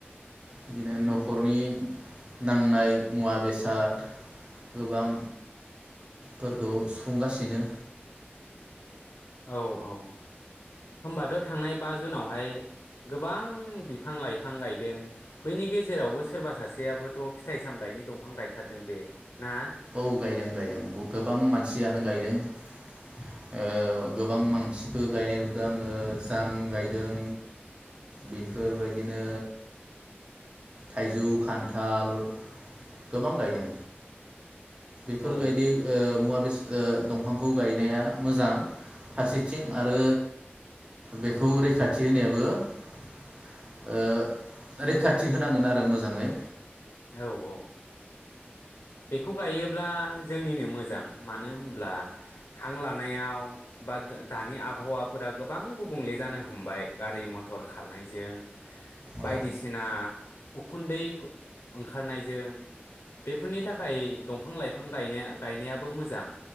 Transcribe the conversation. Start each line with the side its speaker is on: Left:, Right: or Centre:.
Right: बिदिनो नखरनि नांनाय मुवा बेसाद गोबां फोरखौ सुफुंगासिनो
Left: औ औ होमबाथ थांनाय बा जुनावहाय गोबां बिफां लाइफां गायदों बैनि गेजेरावबो सोरबा सासेयाबोथ फिथाइ सामथायाइनि दंफां गायथारदों बे। ना
Right: औ गायदों गायदों गोबां मानसियानो गायदों। ओ गोबां मानसिफोर गायनाय नुदों आङो जाम गायदों बेफोर बायदिनो थाइजौ खान्थाल गोबां गायदों। बेफोर
Left: औ
Right: बायदि ओ मुवा बेसाद ओ दंफांखौ गायनाया मोजां फारसेथिं आरो बेखौ रैखाथि होनायाबो ओ रैखाथि होनांगोन आरो मोजाङै।
Left: औ औ बेखौ गायोब्ला जोंनिनो मोजां मानो होमब्ला हां लानायाव बा दो दानि आबहावाफोरा गोबां गुबुंले जानो हमबाय गारि मथर खारनायजों बायदिसिना
Right: औ
Left: उखुन्दै ओंखारनायजों बेफोरनि थाखाय दंफां लाइफां गाय गायनायाबो मोजां।